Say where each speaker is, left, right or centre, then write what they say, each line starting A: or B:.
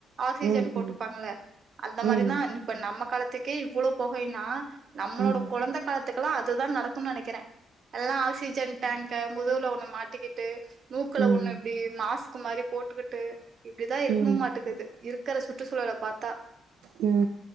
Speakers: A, on the right; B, on the right.
A: ஆக்சிஜன்
B: ம்
A: போட்டுப்பாங்கள
B: ம்
A: அந்த
B: ம்
A: மாரிதா இப்ப நம்ம காலத்துக்கே இவ்வளோ பொகைன்னா நம்மளோட
B: ம்
A: குழந்த காலத்துக்கெல்லா அதுதா நடக்குன் நெனைக்கிறே எல்லா ஆக்சிஜன் டேங்க் க முதுவுல ஒண்ணு மாட்டிக்கிட்டு மூக்குல
B: ம்
A: ஒண்ணு இப்டி மாஸ்க்கு மாரி போட்டுக்கிட்டு இப்டிதா இருக்கும்
B: ம் ம்
A: மாட்டுகுது இருக்கற சுற்றுச்சூழல பாத்தா
B: ம்